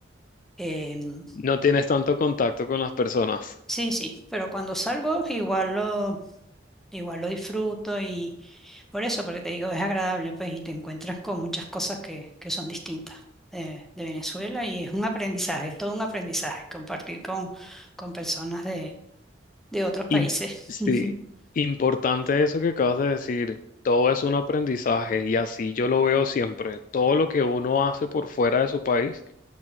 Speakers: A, in the centre; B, on the left.
A: em,
B: No tienes tanto contacto con las personas.
A: sí, sí, pero cuando salgo igual lo, igual lo disfruto y por eso, porque te digo, es agradable, pues, y te encuentras con muchas cosas que, que son distintas eh, de Venezuela y es un aprendizaje, es todo un aprendizaje compartir con, con personas de, de otros países.
B: Im- sí,
A: <laughs>
B: importante eso que acabas de decir. Todo es un aprendizaje y así yo lo veo siempre. Todo lo que uno hace por fuera de su país,